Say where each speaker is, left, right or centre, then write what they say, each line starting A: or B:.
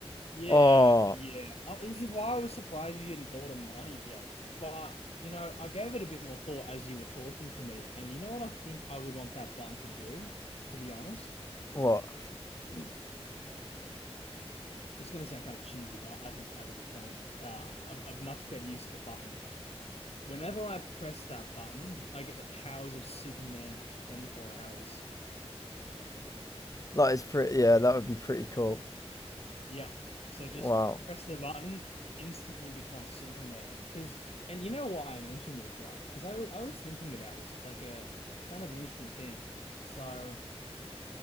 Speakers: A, on the left; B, on the left.
A: Yeah,
B: Oh,
A: yeah. I- It was just why I was surprised you hadn't thought of money, Jake. But, you know, I gave it a bit more thought as you were talking to me. And you know what I think I would want that button to do, to be honest?
B: what?
A: <clears throat> It's going to sound kind of cheesy, but I think I think it's kind of uh, a, a much better use of the button. Whenever I press that button, I get the powers of Superman for 24 hours.
B: That is pretty, yeah, that would be pretty cool.
A: Yeah. So just
B: Wow.
A: press the button, instantly become Superman. Cause and you know why I mentioned this, right? Because I was I was thinking about this. It's like a kind of an interesting thing. So